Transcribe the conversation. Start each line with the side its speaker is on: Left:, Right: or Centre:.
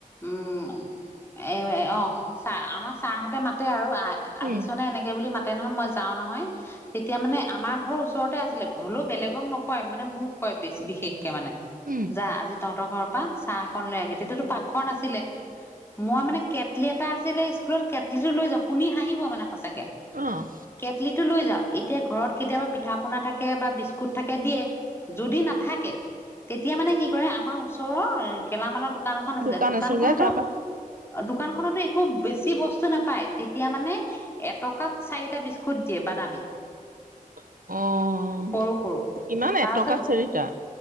Left: উম এ অ চা আমাৰ ছাৰহঁতে মাতে আৰু
Right: উম
Left: আহিছনে এনেকে বুলি মাতে নহয় মই যাওঁ নহয় তেতিয়া মানে আমাৰ ঘৰ ওচৰতে আছিলে হলেও বেলেগক নকয় মানে মোক কয় বেছি বিশেষকে মানে
Right: উম
Left: যা আজি তহঁতৰ ঘৰৰ পৰা চাহকন লৈ আহগে তেতিয়াতো পাকঘৰ নাছিলে। মই মানে কেটলি এটা আছিলে স্কুলত কেটলিটো লৈ যাওঁ শুনি হাঁহিব মানে সচাকে।
Right: অ'।
Left: কেটলিটো লৈ যাওঁ এতিয়া ঘৰত কেতিয়াবা পিঠা পনা থাকে বা বিস্ থাকে দিয়ে যদি নাথাকে তেতিয়া মানে কি কৰে আমাৰ ওচৰৰ গেলামালৰ দোকান এখন আছিলে
Right: দোকান
Left: দোকানখনতো
Right: আছে যে তাৰপা
Left: দোকানখনতো একো বেছি বস্তু নাপায় তেতিয়া মানে এটকাত চাৰিটা বিস্কুট দিয়ে বাদামী
Right: <inaudible> অ',
Left: সৰু সৰু
Right: কিমান
Left: তাৰপিছত
Right: এটকাত চাৰিটা?